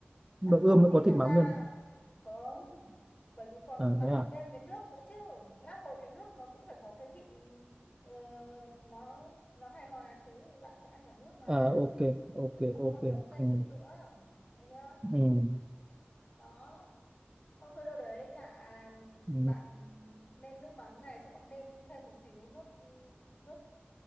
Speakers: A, on the right; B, on the left.
A: đậu
B: bạn
A: ươm
B: ướp
A: nó
B: thì
A: có
B: thật
A: thịt mắm
B: ra
A: luôn
B: không bởi vì còn
A: à
B: bạn
A: thế à
B: phải nêm cái nước nữa chứ lát hồi cái nước nó cũng phải có cái vị ờ, nó nó hài hòa chứ thì bạn sẽ ăn cả nước mà
A: à ok ok
B: xong nó
A: ok
B: còn ngấm ra
A: ừ.
B: trứng nữa được chưa
A: Ừ.
B: đó xong sơ đâu đấy bạn
A: Ừ.
B: bạn nêm nước mắm này xong bạn nêm thêm một xíu nước nước